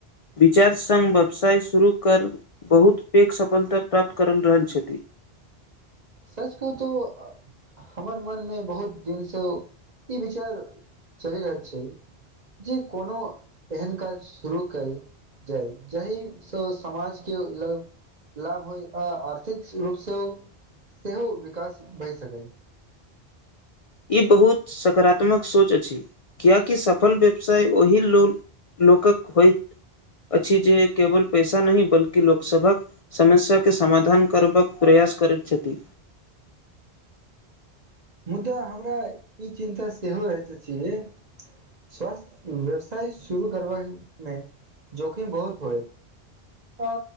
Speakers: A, on the left (about 50°); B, on the right (about 40°).
A: विचार सङ्ग व्यवसाय शुरू कर बहुत पैघ सफलता प्राप्त करल रहल छथि <inaudible>
B: सच को तो हमर मनमे बहुत दिनसँ ई विचार चलि रहल छै, जे कोनो एहन काज शुरू कइ जाय जहि से समाज के ल लाभ होइ आ आर्थिक रूपसँ ओ सेहो विकास भए सकय
A: ई बहुत सकारात्मक सोच अछि कियाकि सफल व्यवसाय ओहि लोन लोकक होइत अछि जे केवल पैसा नहि बल्कि लोकसभक समस्यकस के समाधान करबाक प्रयास करैत छथि।
B: मुदा हमरा ई चिन्ता सेहो रहैत छियै। स्वस्थ व्यवसाय शुरू करबामे जोखिम बहुत होय आ